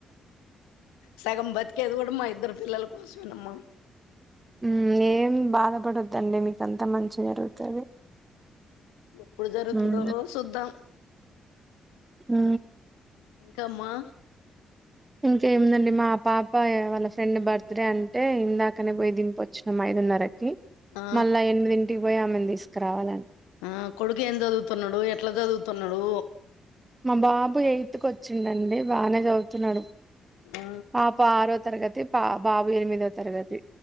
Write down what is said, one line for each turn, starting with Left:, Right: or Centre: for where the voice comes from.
Left: సగం బతికేది గూడ మా ఇద్దరు పిల్లల కోసమేనమ్మా
Right: ఉ ఏం బాధపడోద్దండి మీక అంత మంచే జరుగుతది
Left: ఎప్పుడు జరుగుతదో
Right: ఉమ్
Left: సూద్దం
Right: ఉ
Left: ఇంకామ్మా
Right: ఇంకేముందండి మా పాపయ వాళ్ళ ఫ్రెండ్ బర్త్డే అంటే ఇందాకనే పోయి దింపొ వచ్చినం ఐదున్నరకి
Left: ఆ
Right: మళ్ళా ఎనిమిదింటికి పోయి ఆమెను తీసుకురావాలని
Left: ఆ కొడుకు ఏం చదువుతున్నడు ఎట్ల చదువుతున్నడూ
Right: మా బాబు ఎయిత్ కు అచ్చిండండి బానే చదువుతున్నడు
Left: ఆ
Right: పాప ఆరో తరగతి పా బాబు ఎనిమిదో తరగతి